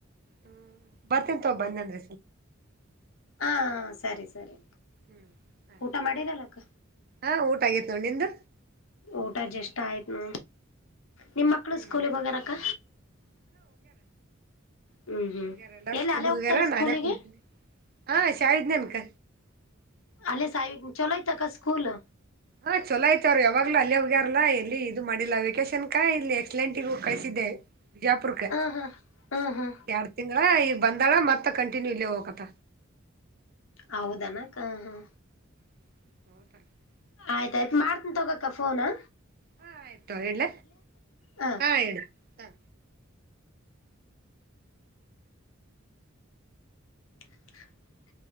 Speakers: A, on the right (about 50°); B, on the left (about 80°).
A: ಹ್ಮ್ ಬರ್ತನ್ ತ ಬಂದಂದ್ರ.
B: ಹಾ ಸರಿ ಸರಿ.
A: ಹ್ಮ್ ಆಯ್ತು
B: ಊಟ ಮಾಡಿರಲ್ಲಕ್ಕ
A: ಹ ಊಟ ಆಗಿತ್ ನೋ ನಿಂದು.
B: ಊಟ ಜಷ್ಟ ಆಯ್ತ್ನು. ನಿಮ್ ಮಕ್ಳು
A: ಹ್ಮ್
B: ಸ್ಕೂಲಿಗೆ
A: ಆಯ್ತಾಯ್ತು
B: ಹೋಗ್ಯಾರಕ್ಕ. ಹ್ಮ್ ಹ್ಮ್
A: ಹೋಗ್ಯಾರ್ ಎಲ್ಲ
B: ಎಲ್ಲಿ
A: ಸ್ಕೂಲ್
B: ಅಲ್ಲೇ ಹೋಗ್ತಾರ
A: ಹೋಗ್ಯಾರ್
B: ಸ್ಕೂಲಿಗೆ
A: ನಾನೇ ಕುನೆ ಹಾ ಶಾ ಇದ್ನ ಅನ್ಕ.
B: ಅಲ್ಲೇ ಸಾಲಿಗೂ ಚಲೋಯ್ತಕ್ಕ ಸ್ಕೂಲ್.
A: ಹಾ ಚಲೋ ಆಯತ ಅವ್ರು ಯಾವಾಗಲೂ ಅಲ್ಲೆ ಹೋಗ್ಯಾರಲ್ಲಾ ಎಲ್ಲಿ ಇದು ಮಾಡಿಲ್ಲಾ ವೇಕೇಶನ್ಕ ಇಲ್ಲಿ. ಅಟ್ಲಂಟಿಗು ಕಳಸಿದ್ದೆ ಬಿಜಾಪುರಕ್ಕೆ
B: ಹ ಹಾ ಹ ಹಾ
A: ಎರಡ್ ತಿಂ ಈಗ ಬಂದಾಳ ಮತ್ತ ಕಂಟಿನ್ಯೂ ಇಲ್ಲೇ ಹೋಗತ್ತ.
B: ಹೌದನಾಕ್ಕ ಹಾ.
A: <unintelligible>
B: ಆಯ್ತಾಯ್ತ್ ಮಾಡ್ತಿನ್ ತೊಗೋಕ ಫೋನಾ.
A: ಹಾ ಆಯ್ತು ಹೇಳ
B: ಹ ಅಕ್ಕ
A: ಹಾ ಹೇಳು ಹ
B: <unintelligible>